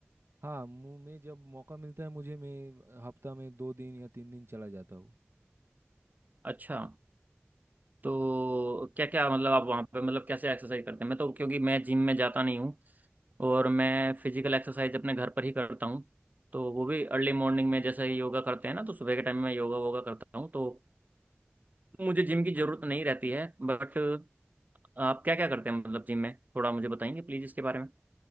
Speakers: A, on the right (about 75°); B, on the right (about 40°).
A: हाँ मु- मैं जब मौका मिलता है मुझे मैं हफ्ता में दो दिन या तीन दिन चला जाता हूँ
B: अच्छा तो क्या क्या मतलब आप वहाँ पे मतलब कैसे एक्सरसाइज करते हैं मैं तो क्योंकि मैं जिम में जाता नहीं हूँ और मैं फिजिकल एक्सरसाइज अपने घर पर ही करता हूँ तो वो भी अर्ली मॉर्निंग में जैसे ही योगा करते हैं ना तो सुबह के टाइम में मैं योगा वोगा करता हूँ तो मुझे जिम की ज़रूरत नहीं रहती है बट आप क्या क्या करते हैं मतलब जिम में थोड़ा मुझे बताएंगे प्लीज़ इसके बारे में